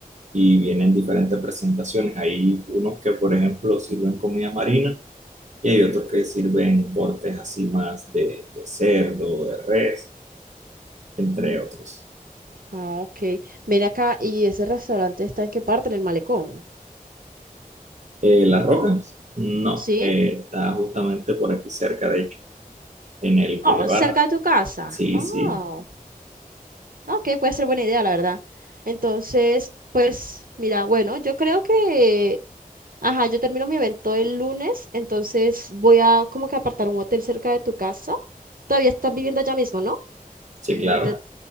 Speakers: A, on the right (about 55°); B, on the right (about 70°).
A: y vienen diferentes presentaciones. Hay unos que, por ejemplo, sirven comida marina y hay otros que sirven cortes así más de, de cerdo, de res, entre otros.
B: Ah, ok. Ven acá, ¿y ese restaurante está en qué parte? ¿En el malecón?
A: Eh, Las Rocas, no,
B: ¿Sí?
A: eh, está justamente por aquí cerca, de hecho, en el Boulevard.
B: Oh, cerca de tu casa.
A: Sí,
B: Oh,
A: sí,
B: ok, puede ser buena idea, la verdad. Entonces, pues, mira, bueno, yo creo que, ajá, yo termino mi evento el lunes, entonces voy a como que apartar un hotel cerca de tu casa. Todavía estás viviendo allá mismo, ¿no?
A: sí, claro.
B: Donde